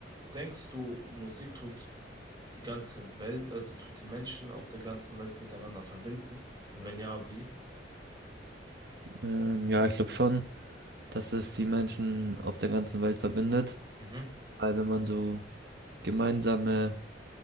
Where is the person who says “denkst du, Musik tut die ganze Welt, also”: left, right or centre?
Right